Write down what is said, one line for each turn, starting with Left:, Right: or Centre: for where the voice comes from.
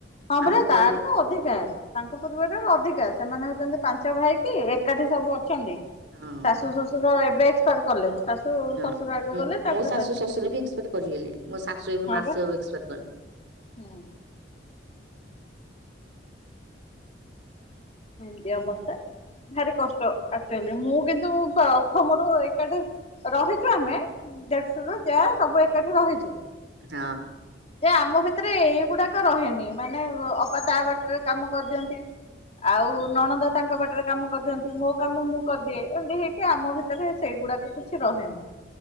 Left: ହଁ
Right: ଆମ
Left: ପରା
Right: ପରି
Left: ତାର ତ ଅଧିକା। ତାଙ୍କ ପରିବାରରେ ଆମେ ଅଧିକା ସେମାନେ ହଉଚନ୍ତି ପାଞ୍ଚ ଭାଇ କି ଏକାଠି ସବୁ ଅଛନ୍ତି।
Right: ହଁ
Left: ଶାଶୁ ଶଶୁର ଏବେ ଏକ୍ସପାୟାଡ କଲେ। ଶାଶୁ
Right: ହଁ
Left: ଶ୍ୱଶୁର ଆଗ
Right: ମୁ
Left: ଗଲେ ତାପରେ
Right: ମୋ ଶାଶୁ ଶଶୁର ବି ଏକ୍ସପେକ୍ଟ କରିଗଲେଣି ମୋ ଶାଶୁ ଏବେ
Left: ହଁ
Right: ମାସେ
Left: ବା।
Right: ହବ ଏକ୍ସପାୟାଡ କ
Left: ହୁଁ। ଏମିତି ଅବସ୍ଥା ଭାରି କଷ୍ଟ ଆକ୍ଚୋଲି ମୁଁ କିନ୍ତୁ ପ୍ରଥମରୁ ଏକାଠି ରହିଚୁ ଆମେ ଦେଢଶୁର ଯା ସବୁ ଏକାଠି ରହିଛୁ।‌
Right: ହଁ।
Left: ଯେ ଆମ ଭିତରେ ଏଇଗୁଡାକ ରହେନି ମାନେ ଅ ଅପା ତା ବାଟରେ କାମ କରିଦିଅନ୍ତି। ଆଉ ନଣନ୍ଦ ତାଙ୍କ ବାଟରେ କାମ କରିଦିଅନ୍ତି ମୋ କାମ ମୁଁ କରିଦିଏ ଏମିତି ହେଇକି ଆମ ଭିତରେ ସେଇଗୁଡା <inaudible> କିଛି ରହେନି